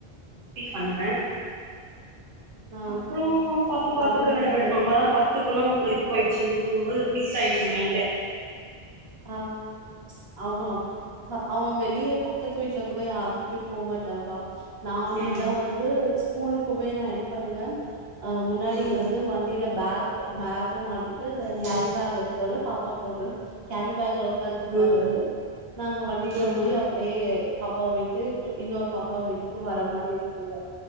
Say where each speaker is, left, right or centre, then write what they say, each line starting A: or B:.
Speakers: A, on the right; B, on the right.
A: <inaudible> பண்ணுவே
B: ஆ
A: அப்புறோ பாப்பா பாத்துக்கவர்கள்
B: நா கூட இந்த மாரி
A: நம்ம தா பாத்து துக்கணு இதுவாயிடுச்சு ஃபிக்ஸ் ஆயிருச்சு மைண்ட்ல
B: ஆஹ் ஆமாம் அவன் வெளிய பக்கத்து வீட்ல கூட யார்கிட்டயு போமாட் இதான்பா நானே
A: ம்
B: தான் வந்து கூழுக்குமே நா என்ன பண் ணுவே முன்னாடி
A: ம்
B: வந்து வண்டியில பேக் பேக்க மாட்டி அந்த
A: ம்
B: கேரி பேக்ககுள்ள பாப்பா போடு கேரி பேக்ல உக்காந்துப்பாரு
A: ம்
B: அவரு நாங்க வண்டியில
A: ம்
B: போய் அப்டியே பாப்பாவ விட்டு இன்னொரு பாப்பாவ விட்டுட்டு வர மாரி இருக்குங்க